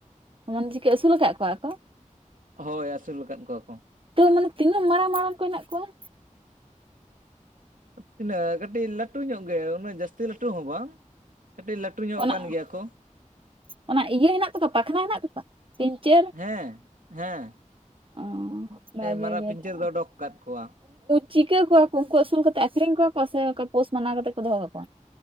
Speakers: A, on the right; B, on the right.
A: ᱢᱚᱱ ᱪᱤᱠᱟᱹ ᱟᱹᱥᱩᱞ ᱟᱠᱟᱫ ᱠᱚᱣᱟ ᱠᱚ?
B: ᱦᱳᱭ ᱟᱹᱥᱩᱞ ᱟᱠᱟᱫ ᱠᱚᱣᱟ ᱠᱚ,
A: ᱛᱟᱣ ᱢᱟᱱᱮ ᱛᱤᱱᱟᱹᱜ ᱢᱟᱨᱟᱝ ᱢᱟᱨᱟᱝ ᱠᱚ ᱦᱮᱱᱟᱜ ᱠᱚᱣᱟ?
B: ᱛᱤᱱᱟᱹᱜ ᱠᱟᱹᱴᱤᱡ ᱞᱟᱹᱴᱩ ᱧᱚᱜ ᱜᱮ ᱩᱱᱟᱹᱜ ᱡᱟᱹᱥᱛᱤ ᱞᱟᱹᱴᱩ ᱦᱚᱸ ᱵᱟᱝ ᱠᱟᱹᱴᱤᱡ ᱞᱟᱹᱴᱩ ᱞᱟᱹᱴᱩ ᱧᱚᱜ
A: ᱚᱱᱟ
B: ᱠᱟᱱ ᱜᱮᱭᱟ ᱠᱚ᱾
A: ᱚᱱᱟ ᱤᱭᱟᱹ ᱦᱮᱱᱟᱜ ᱛᱟᱠᱚᱣᱟ ᱯᱟᱠᱷᱱᱟ ᱦᱮᱱᱟᱜ ᱛᱟᱠᱚᱣᱟ ᱯᱤᱱᱪᱟᱹᱨ
B: ᱦᱮᱸ ᱦᱮᱸ,
A: ᱚᱻ ᱵᱷᱟᱜᱮ
B: ᱢᱟᱨᱟᱜ
A: ᱜᱮ
B: ᱯᱤᱧᱪᱟᱹᱨ
A: ᱛᱚ,
B: ᱫᱚ ᱚᱰᱚᱠ ᱟᱠᱟᱫ ᱠᱚᱣᱟ
A: ᱪᱤᱠᱟᱹ ᱠᱚᱣᱟ ᱠᱚ ᱩᱱᱠᱩ ᱟᱹᱥᱩᱞ ᱠᱟᱛᱮᱜ ᱟᱹᱠᱷᱨᱤᱧ ᱠᱚᱣᱟ ᱠᱚ ᱥᱮ ᱚᱠᱟ ᱯᱳᱥ ᱢᱟᱱᱟᱣ ᱠᱟᱛᱮᱫ ᱠᱚ ᱫᱚᱦᱚ ᱠᱟᱠᱚᱣᱟ?